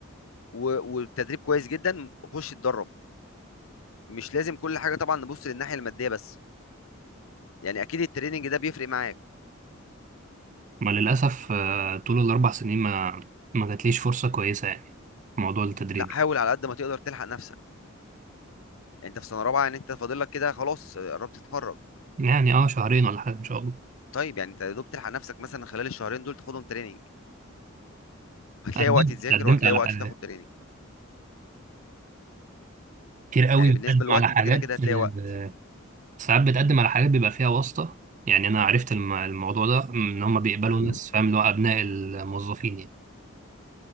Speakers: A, on the left; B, on the right.
A: و- والتدريب كويس جدا خش اتدرب مش لازم كل حاجه طبعا نبص للناحيه الماديه بس يعني اكيد التريننج ده بيفرق معاك
B: ما للأسف آه، طول الأربع سنين ما ما جاتليش فرصة كويسة يعني في موضوع التدريب
A: لا حاول على قد ما تقدر تلحق نفسك يعني انت في سنه رابعه يعني انت فاضل لك كده خلاص قربت تتخرج
B: يعني اه شهرين ولا حاجة إن شاء الله
A: طيب يعني انت يا دوب تلحق نفسك مثلا خلال الشهرين دول تاخدهم تريننج هتلاقي
B: قدمت
A: وقت تذاكر
B: قدمت
A: وهتلاقي
B: على
A: وقت
B: حاجات
A: تاخد تريننج
B: كتير قوي
A: يعني بالنسبه
B: بتقدم
A: للوقت
B: على
A: انت
B: حاجات
A: كده كده هتلاقي
B: آه،
A: وقت
B: ساعات بتقدم على حاجات بيبقى فيها واسطة يعني أنا عرفت الم- الموضوع ده إن هما بيقبلوا
A: مم.
B: ناس فاهم اللي هو أبناء الموظفين يعني